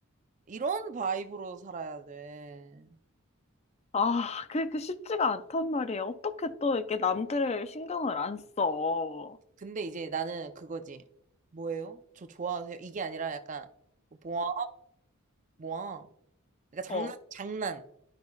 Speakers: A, on the right; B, on the left.
A: 이런 바이브로 살아야 돼.
B: 아, 그게 그 쉽지가 않단 말이에요. 어떻게 또 이렇게 남들을 신경을 안 써. 어,
A: 어, 근데 이제 나는 그거지. 뭐예요? 저 좋아하세요? 이게 아니라 약간, 뭐야? 뭐야? 그러니까 장난,
B: 어.
A: 장난.